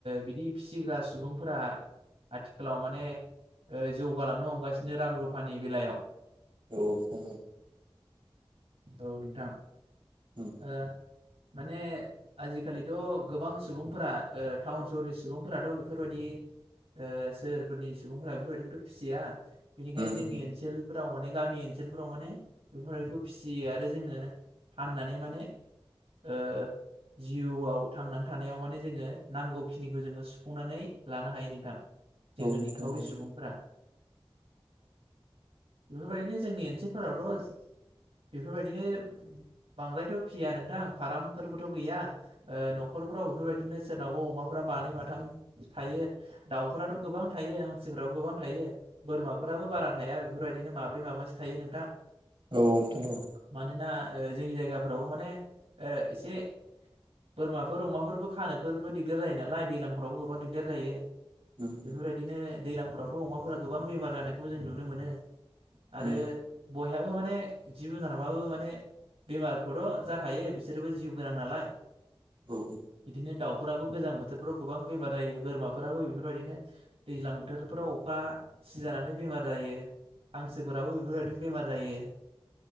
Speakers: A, on the right; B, on the right.
A: बिदि फिसिग्रा सुबुंफोरा आथिखालाव माने ओ जौगालांनो हमगासिनो रां रुफानि बेलायाव
B: औ जाबाय
A: औ नोंथां
B: उम
A: ओ माने आजिखालिथ' गोबां सुबुंफोरा ओ टाउन सहरनि सुबुंफोराथ' बेफोरबायदि ओ सोहोरफोरनि सुबुंफोरा बेफोरबायदिखौथ' फिसिया बेनिखायनो
B: उम
A: जोंनि ओनसोल फोराव माने गामि ओनसोलफोराव माने बेफोरबायदिखौ फिसियो आरो जोङो फाननानै माने ओ जिउआव थांनानै थानायाव माने जोङो नांगौखिनिखौ जोङो सुफुंनानै लानो हायो नोंथां जोङो
B: औ नोंथां
A: निखावरि
B: औ नोंथां औ
A: सुबुंफोरा बेफोरबायदिनो जोंनि ओनसोलफोरावथ' बेफोरबायदिनो बांद्रायथ' फिया नोंथां फारामफोरबोथ' गैया ओ न'खरफोराव बेफोरबायदि बिदिनो सोरनावबा अमाफोरा मानै माथाम थायो दाउफोराथ' गोबां थायो हांसोफोराबो गोबां थायो बोरमाफोराबो बारा थाया बेफोरबायदिनो माब्रै माबासो थायो नोंथां
B: औ नोंथां
A: मानोना ओ जोंनि जायगाफ्राव माने ओ एसे बोरमाफोर अमाफोरबो खानोफोरबो दिगदार जायो नालाय दैज्लांफोरावबो गोबां दिगदार जायो
B: उम उम
A: बेफोरबायदिनो दैज्लांफोरावथ' अमाफोरा गोबां बेमार जानायखौबो जों नुनो मोनो आरो
B: उम
A: बयहाबो माने जिब जुनाराबो माने बेमारखौथ' जाखायो बिसोरबो जिउ गोनां नालाय
B: औ
A: बिदिनो दाउ नखराबो गोजां बोथोरफ्राव गोबां बेमार जायो बोरमाफोराबो बेफोरबायदिनो दैज्लां बोथोरफोराव अखा सिजानानै बेमार जायो हांसोफोराबो बेफोरबायदिनो बेमार जायो